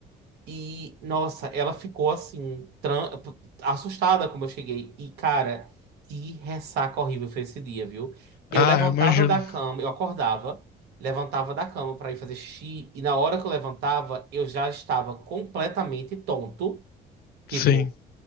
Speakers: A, on the right; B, on the left.
A: E, nossa, ela ficou assim, tran- p- assustada como eu cheguei. E, cara, que ressaca horrível foi esse dia, viu?
B: Ah,
A: Eu levantava
B: eu imagino.
A: da cama, eu acordava, levantava da cama pra ir fazer xixi, e na hora que eu levantava, eu já estava completamente tonto, tipo,
B: Sim,